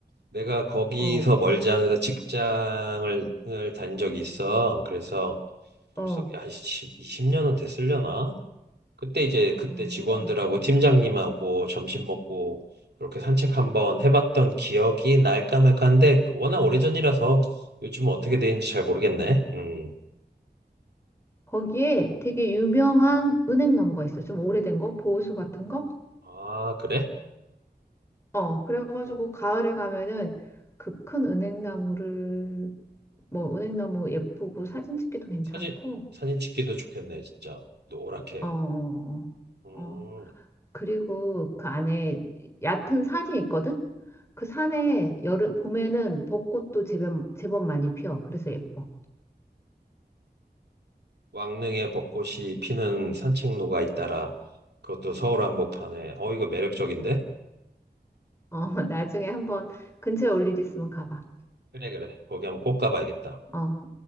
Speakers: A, on the right; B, on the left.
A: 내가 거기서
B: 어,
A: 멀지 않은 데서 직장을 을단 적이 있어. 그래서 벌써
B: 어,
A: 한 10, 20년은 됐으려나? 그때 이제 그때
B: 어.
A: 직원들하고 팀장님하고 점심 먹고 이렇게 산책 한번 해봤던 기억이 날까 말까한데 워낙 오래전이라서 요즘은 어떻게 되는지 잘 모르겠네. 음.
B: 거기에 되게 유명한 은행나무가 있어. 좀 오래된 거? 보호수 같은 거?
A: 아, 그래?
B: 어, 그래가지고
A: 음.
B: 가을에 가면은 그 큰 은행나무를 뭐 은행나무 예쁘고 사진 찍기도 괜찮고
A: 사진, 사진 찍기도 좋겠네, 진짜. 노랗게.
B: 어, 어,
A: 음.
B: 어. 어. 그리고 그 안에 얕은 산이 있거든? 그 산에 여름, 봄에는 벚꽃도 제법, 제법 많이 피어. 그래서 예뻐.
A: 왕릉에 벚꽃이 피는 산책로가 잇따라 그것도 서울 한복판에 어 이거 매력적인데?
B: 어, <laughs> 나중에 한번 근처에 올 일 있으면 가봐.
A: 그래 그래 거기 한번 꼭 가봐야겠다.
B: 어,